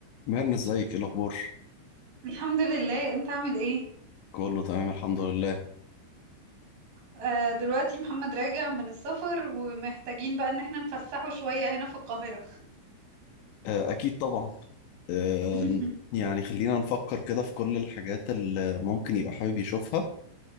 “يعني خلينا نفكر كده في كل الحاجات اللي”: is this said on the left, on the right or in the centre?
Left